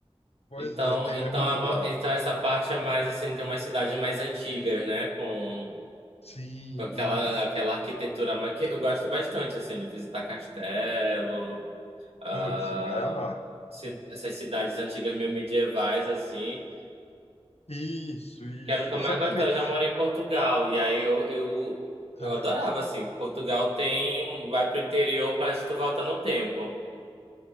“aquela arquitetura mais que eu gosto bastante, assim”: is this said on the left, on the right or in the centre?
Right